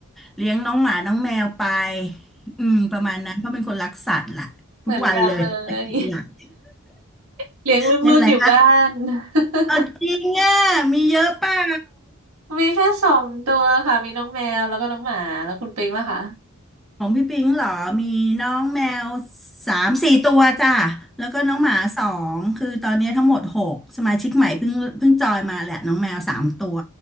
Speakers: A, in the centre; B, on the right (about 80°).
A: เลี้ยงน้องหมาน้องแมวไป อืม ประมาณนั้นเพราะเป็นคนรักสัตว์ล่ะทุกวันเลยธุรกิจหลัก
B: เหมือนกันเลย <laughs> เลี้ยงลูกๆอยู่บ้าน
A: เป็นอะไรคะ
B: <laughs>
A: เอาจริงอ่ะมีเยอะเปล่า
B: มีแค่สองตัวค่ะ มีน้องแมวแล้วก็น้องหมาแล้วคุณปิงล่ะคะ
A: ของพี่ปิงเหรอ มีน้องแมวสามสี่ตัวจ้ะ แล้วก็น้องหมาสองคือตอนนี้ทั้งหมดหกสมาชิกใหม่เพิ่งเพิ่งจอยมาแหละน้องแมวสามตัว